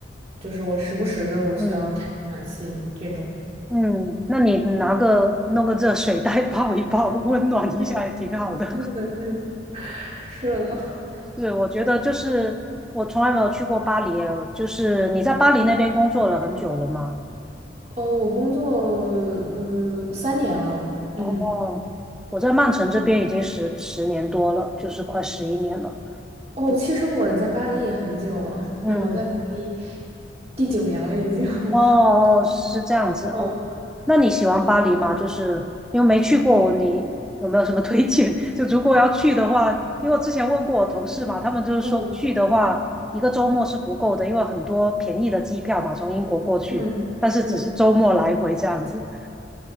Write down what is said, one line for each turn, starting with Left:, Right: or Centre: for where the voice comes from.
Right: 就是我时不时的我需要开暖气这种。
Centre: 嗯嗯，那你拿个弄个热水袋 <laughs> 泡一泡，温暖一下也挺好的。
Right: 对对的对的，<laughs> 是的。
Centre: <laughs> 是，我觉得就是我从来没有去过巴黎耶，就是你在巴黎那边工作了很久了吗？
Right: 哦，我工作嗯三年了，嗯，
Centre: 哦，我在曼城这边已经十十年多了，就是快十一年了。
Right: 哦，
Centre: 就。
Right: 其实我在巴黎也很久了，
Centre: 嗯，
Right: 那我在巴黎第九年了已经，<laughs>
Centre: 哦哦，是这样子哦。
Right: 嗯
Centre: 那你喜欢巴黎吗？就是因为没去过，你有没有什么推荐？<laughs> 就如果要去的话，因为我之前问过我同事嘛，他们就是说去的话，
Right: 嗯
Centre: 一个周末是不够的，因为很多便宜的机票嘛，从英国过去，
Right: 嗯嗯，
Centre: 但是只是周末来回这样子。